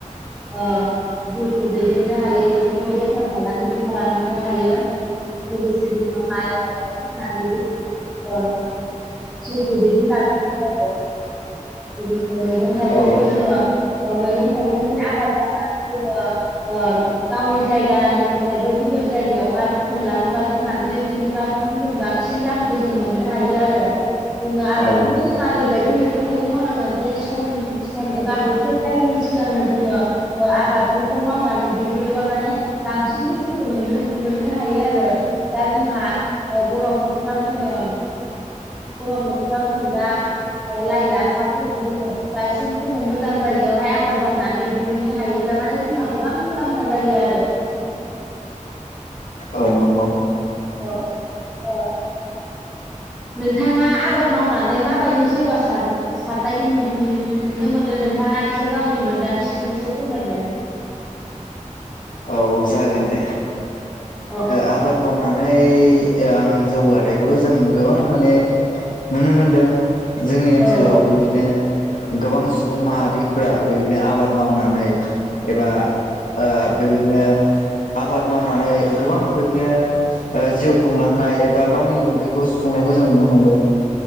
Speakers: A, in the centre; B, on the left.
A: ओ। जिउखौ दैदेननो हायो बेफोरखौ बेफार फालांगि खालामनो हायो लोगोसे <inaudible> फाननानै <inaudible> जिउखौ दैदेनलांनो हायो आरो। लोगोसे मैगं - थाइगंखौ
B: औ
A: जोङो। ओ मैगं -थाइगंनि आबाद मावनानै जोङो ओ गावनि जायगानिफ्रायबो गुबुन जायगायावहाय फाननो लाङोबा जोंहा नैगुन बा थाम गुन बांसिन दामखौ जों मोननो हायो आरो। जोङो आबादखौबो
B: औ
A: जोंहा ओरैबायदि मैगं-थाइगं मावनांगोन जे सम सम एबा बोथोर फायिनि सिगांनो जोङो ओ आबादफोरखौ मावनानै दिहुनोबा माने बांसिन बेसेनखौ नुनो मोननो हायो आरो दा जोंहा ओ गरम बोथोराव जोङो गरम बोथोराव जों दा ओ लाइ-लाफा फोरखौ जोङो बायसान्स जोङो मोजां जायगायावहाय आबाद मावनानै दिहुननो हायोब्ला माने जोंहा गोबां मुलाम्फा जायो आरो।
B: औ नंगौ।
A: औ औ नोंथाङा आबाद मावनानै माबायदि जौगासार सारनायखौ नुनो मोनदों नोंथाङा एसे गावनि मोन्दांथिजों एसे फोरमायद
B: औ जागोन दे
A: औ
B: आबाद मावनानै आं जौगाथायाइखौथ' जों गोबां माने नुनो मोनदों जोंनि ओनसोलावबो
A: औ
B: बिदिनो गोबां सुबुं माहारिफोरा बिदिनो आबाद मावनानै एबा ओ बेबायदिनो आबाद मावनानै गोबां बेदिनो जिउ खुंलांनाय एबा गावनि उदैखौ सुफुंनायखौ जों नुनो मोनदों